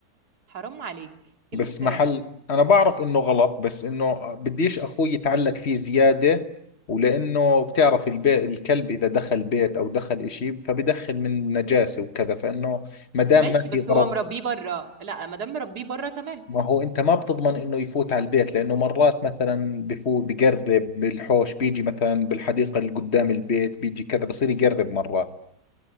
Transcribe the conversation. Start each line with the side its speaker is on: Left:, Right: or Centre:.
Right: حرام عليك
Left: بس
Right: ايه الافتراء
Left: محل
Right: ده
Left: انا بعرف انه غلط بس انه بديش اخوي يتعلق فيه زيادة ولانه بتعرف البيت الكلب اذا دخل بيت او دخل اشي فبدخل من نجاسة وكذا فانه ما دام
Right: ماشي
Left: ما
Right: بس
Left: في غرض
Right: هو مربيه بره لا ما دام مربيه بره تمام
Left: ما هو انت ما بتضمن انه يفوت على البيت لانه مرات مثلا بفوت بقرب بالحوش بيجي مثلا بالحديقة اللي قدام البيت بيجي كذا بصير يقرب مرات